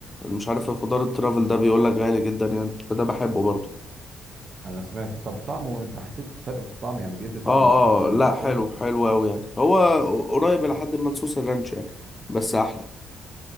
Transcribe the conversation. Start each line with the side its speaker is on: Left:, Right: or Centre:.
Left: مش عارف الخضار الترافل ده بيقول لك غالي جدا يعني فده بحبه برضه
Right: انا سمعت طب طعمه انت حسيت فرق في الطعم يعني بيدي طعم
Left: اه
Right: احسن
Left: اه لا
Right: للبرجر
Left: حلو حلو قوي يعني هو قريب لحد
Right: مم.
Left: ما لصوص الرانش يعني بس احلى